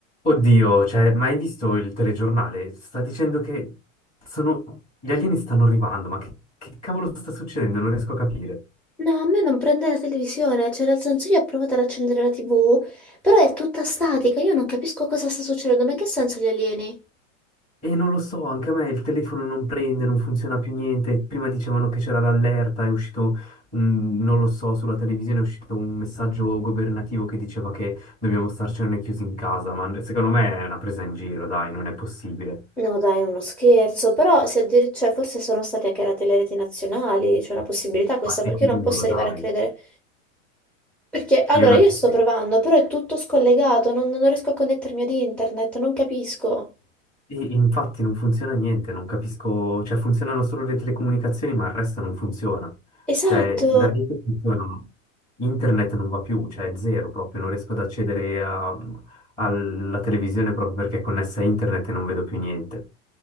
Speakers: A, on the left (about 20°); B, in the centre.
A: Oddio, cioè, ma hai visto il telegiornale? Sta dicendo che sono... gli alieni stanno arrivando, ma che, che cavolo sta succedendo? Non riesco a capire.
B: No, a me non prende la televisione, cioè nel senso io ho provato ad accendere la TV, però è tutta statica, io non capisco cosa sta succedendo, ma in che senso gli alieni?
A: E non lo so, anche a me il telefono non prende, non funziona più niente. Prima dicevano che c'era l'allerta, è uscito, un- non lo so, sulla televisione è uscito un messaggio governativo che diceva che dobbiamo starcene chiusi in casa, ma secondo me è una presa in giro, dai, non è possibile.
B: No, dai, è uno scherzo, però se addir- cioè, forse sono state anche le telereti nazionali, c'è una possibilità questa,
A: Ma sicuro,
B: perché io non posso arrivare
A: dai,
B: a credere. Perché allora
A: io non
B: io
A: ci
B: sto
A: credo.
B: provando, però è tutto scollegato, non, non riesco a connettermi ad internet, non capisco.
A: I- Infatti non funziona niente, non capisco, cioè funzionano solo le telecomunicazioni, ma il resto non funziona.
B: Esatto,
A: Cioè la rete funziona, ma internet non va più, cioè è zero proprio, non riesco ad accedere a- alla televisione proprio perché è connessa a internet e non vedo più niente.